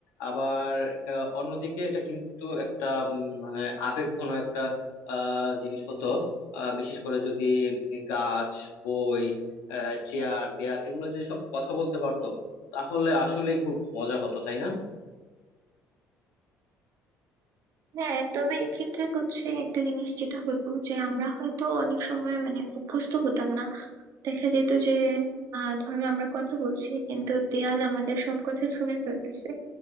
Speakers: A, on the left (about 85°); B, on the right (about 65°).
A: আবার আহ, অন্যদিকে এটা কিন্তু একটা উম, মানে আবেগঘন একটা আহ, জিনিস হতো আহ, বিশেষ করে যদি গাছ বই চেয়ার দেয়াল এগুলো যদি সব কথা বলতে পারতো তাহলে আসলেই খুব মজা হতো তাই না
B: হ্যাঁ তবে এক্ষেত্রে হচ্ছে একটা জিনিস যেটা হতো যে আমরা হয়তো অনেক সময় মানে অভ্যস্ত হতাম না দেখা যেত যে আহ ধরো আমরা কথা বলছি কিন্তু দেয়াল আমাদের সব কথা শুনে ফেলতেছে